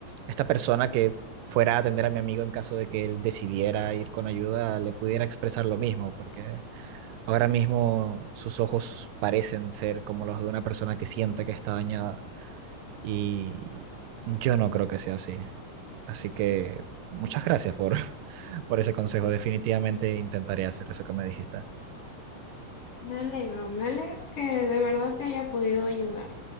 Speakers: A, on the right (about 85°); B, on the left (about 50°).
A: esta persona que fuera a atender a mi amigo en caso de que él decidiera ir con ayuda le pudiera expresar lo mismo, porque Ahora mismo sus ojos parecen ser como los de una persona que siente que está dañada y yo no creo que sea así. Así que muchas gracias por, <laughs> por ese consejo. Definitivamente intentaré hacer eso que me dijiste.
B: Me alegro, me alegro que de verdad te haya podido ayudar.